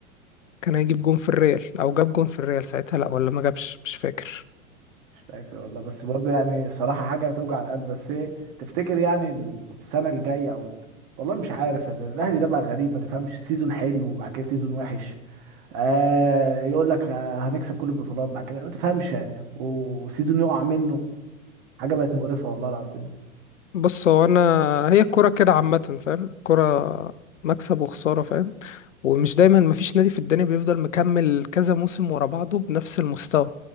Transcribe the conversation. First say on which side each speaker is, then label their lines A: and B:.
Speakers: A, on the left; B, on the right.
A: كان هيجيب جون في الريال او جاب جون في الريال ساعتها لا ولا ما جابش مش فاكر
B: مش فاكر والله بس برضو يعني صراحة حاجة توجع القلب بس ايه تفتكر يعني السنة الجاية او ال- والله مش عارف يعني الاهلي ده بقى غريب ما تفهمش سيزون حلو وبعد كده سيزون وحش آه يقول لك آه هنكسب كل البطولات بعد كده ما تفهمش يعني وسيزون يقع منه حاجة بقت مقرفة والله العظيم
A: بص هو انا هي الكرة كده عامة فاهم الكرة مكسب وخسارة فاهم ومش دايما مفيش نادي في الدنيا بيفضل مكمل كذا موسم ورا بعضه بنفس المستوى